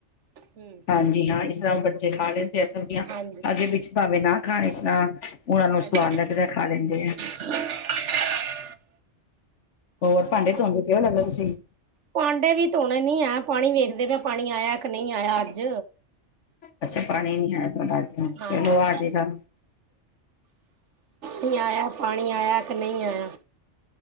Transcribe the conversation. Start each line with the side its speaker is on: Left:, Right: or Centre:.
Right: ਹੂੰ
Left: ਹਾਂਜੀ
Right: ਹੂੰ
Left: ਹਾਂ ਇਸ ਤਰ੍ਹਾਂ ਬੱਚੇ ਖਾਲੇ ਸਕਦੀਆਂ
Right: ਹਾਂਜੀ
Left: ਅੱਗੇ ਵਿੱਚ ਭਾਵੇਂ ਨਾ ਖਾਣ, ਇਸ ਤਰ੍ਹਾਂ ਓਹਨਾਂ ਨੂੰ
Right: ਹਾਂਜੀ
Left: ਸਵਾਦ ਲੱਗਦੈ ਖਾ ਲੈਂਦੇ ਆ।
Right: <inaudible>
Left: ਹੋਰ ਭਾਂਡੇ ਧੋਂਦੇ ਕਿਉਂ ਲੱੜਦੇ ਤੁਸੀਂ।
Right: ਪਾਂਡੇ ਵੀ ਧੋਣੇ ਨੀ ਐ, ਪਾਣੀ ਵੇਖਦੇ ਮੈਂ ਪਾਣੀ ਆਇਆ ਕਿ ਨਈ ਆਇਆ ਅੱਜ।
Left: ਅੱਛਾ ਪਾਣੀ ਨੀ ਆਇਆ ਤੁਹਾਡਾ ਆਜ,
Right: ਹਾਂਜੀ
Left: ਚਲੋ ਆਜੇਗਾ।
Right: ਨਈ ਆਏਆ ਪਾਣੀ ਆਇਆ ਕਿ ਨਈ ਆਏਆ।